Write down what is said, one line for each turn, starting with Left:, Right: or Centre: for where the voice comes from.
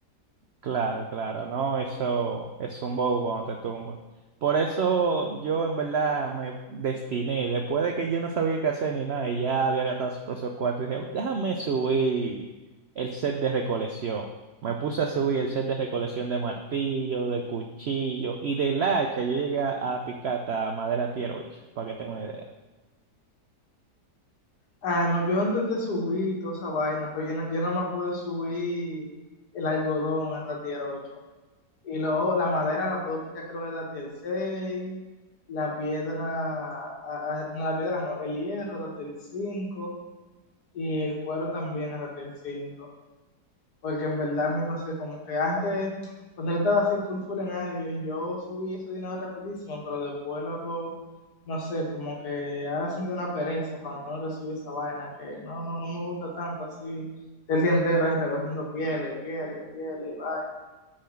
Right: Claro, claro, no, eso es un bobo cuando te tumban. Por eso yo en verdad me destiné, después de que yo no sabía qué hacer ni nada y ya había gastado todos esos cuartos, dije, déjame subir el set de recolección. Me puse a subir el set de recolección de martillo, de cuchillo y del hacha. Yo llegué a picar hasta madera tier 8, para que tenga una idea.
Left: Ah, no, yo intenté subir toda esa vaina, pero yo no, yo nada más pude subir el algodón hasta tier ocho Y luego la madera la puedo picar creo que hasta tier seis La piedra, a ah, no, la piedra no, el hierro hasta tier cinco Y el cuero también hasta tier cinco porque en verdad a mí no sé, como que antes, cuando yo estaba así full full en Albion, yo subí ese dinero rapidísimo, pero después, loco, no sé, como que ahora siento una pereza cuando tengo que subir esa vaina, que no, no, no me gusta tanto así, el día entero ahí recogiendo pieles, pieles, pieles y vaina.